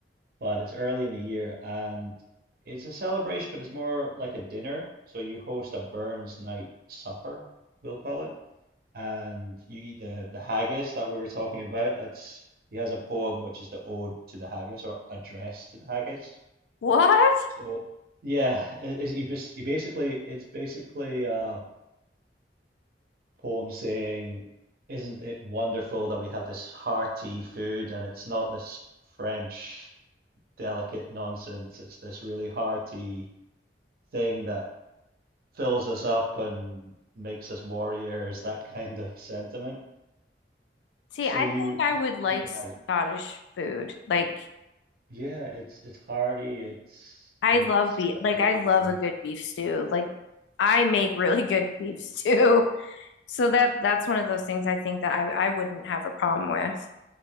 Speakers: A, on the right (about 55°); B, on the left (about 90°).
A: but it's early in the year and it's a celebration, but it's more like a dinner. So you host a Burns night supper, we'll call it, and you eat the the haggis that we were talking about. That's he has a poem which is the ode to the haggis or address to the haggis.
B: What?
A: So yeah, it, it, you bas- you basically it's basically a poem saying, "Isn't it wonderful that we have this hearty food and it's not this French delicate nonsense. It's this really hearty thing that fills us up and makes us warriors, that kind of sentiment.
B: See,
A: So
B: I
A: you
B: think I
A: e-
B: would like
A: eat the
B: Scottish
A: haggis.
B: food. Like
A: Yeah, it's it's hearty. It's
B: I
A: it's
B: love beef.
A: very
B: Like I love
A: good.
B: a good beef stew. Like I make really good beef stew. <laughs> So that that's one of those things I think that I I wouldn't have a problem with.